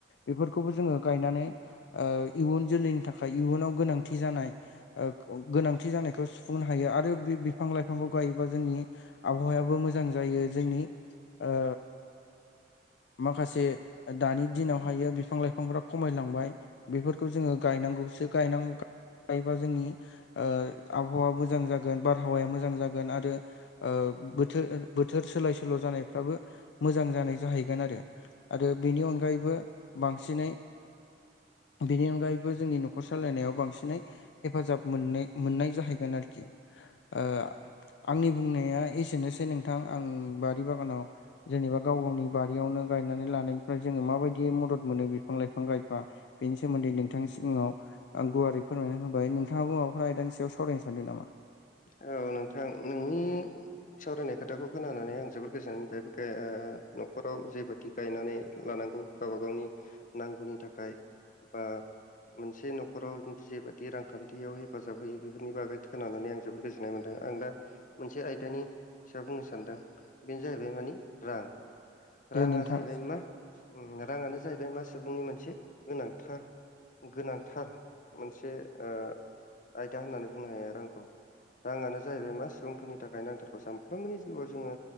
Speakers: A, on the left; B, on the left.
A: बेफोरखौबो जोङो गायनानै ओ इयुन जोलैनि थाखाय इयुनाव गोनांथि जानाय ओ गोनांथि जानायखौ सुफुंनो हायो आरो बे बिफां लाइफांखौ गायोबा जोंनि आबहावायाबो मोजां जायो जोंनि ओ माखासे दानि दिनावहायो बिफां लाइफांफोरा खमायलांबाय। बेफोरखौ जोङो गायनांगौसो गायनांगौ थायोबा जोंनि ओ आबहावा मोजां जागोन बारहावाया मोजां जागोन आरो ओ बोथोर बोथोर सोलाय सोल' जानायफ्राबो मोजां जानाय जाहैगोनआरो। आरो बेनि अनगायैबो बांसिनै बेनि अनगायैबो जोंनि न'खर सालायनायाव बांसिनै हेफाजाब मोननो मोननाय जाहैगोन आरोखि। ओ आंनि बुंनाया एसेनोसै नोंथां आं बारि बागानाव जेनेबा गाव गावनि बा यावनो गायनानै लानायनिफ्राय जोङो माबायदि मदद मोनो बिफां लाइफां गायबा बेनि सोमोन्दै नोंथांनि सिगाङाव ओ गुवारै फोरमायनानै होबाय नोंथाङाबो माबाफोरा आयदानि सायाव सावरायनो सानदों नामा?
B: औ नोंथां नोंनि सावरायनाय खोथाखौ खोनानानै आं जोबोर गोजोननाय मोनबाय ओ न'खराव जेबायदि गायनानै लानांगौ गावबा गावनि नांगौनि थाखाय बा मोनसे न'खराव जेबादि रां खान्थियाव हेफाजाब होयो बेफोरनि बागै खोनानानै आं जोबोद गोजोननाय मोनदों आं दा मोनसे आयदानि सायाव बुंनो सानदों बेनो जाहैबाय मानि रां
A: दे
B: राङा
A: नोंथां
B: जाहैबाय मा ओम राङानो जाहैबाय मा सुबुंनि मोनसे गोनांथार गोनांथार मोनसे ओ आयदा होननानै बुंनो हायो रांखौ। राङानो जाहैबाय मा सुबुंफोरनि थाखाय नांथारगौ सानफ्रोमबोनि जिउआव जोङो